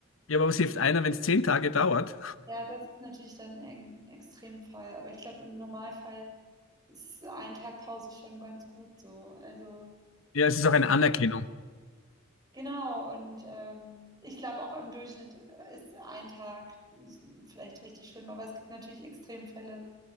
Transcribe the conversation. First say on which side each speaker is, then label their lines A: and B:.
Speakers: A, on the left; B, on the right.
A: Ja, aber was hilft einer, wenn es zehn Tage dauert?
B: Ja, das ist natürlich dann ein Extremfall, aber ich glaube, im Normalfall ist ein Tag Pause schon ganz gut so. Also.
A: Ja, es ist auch eine Anerkennung.
B: Genau, und ähm, ich glaube auch im Durchschnitt äh, ist ein Tag vielleicht richtig schlimm, aber es gibt natürlich Extremfälle,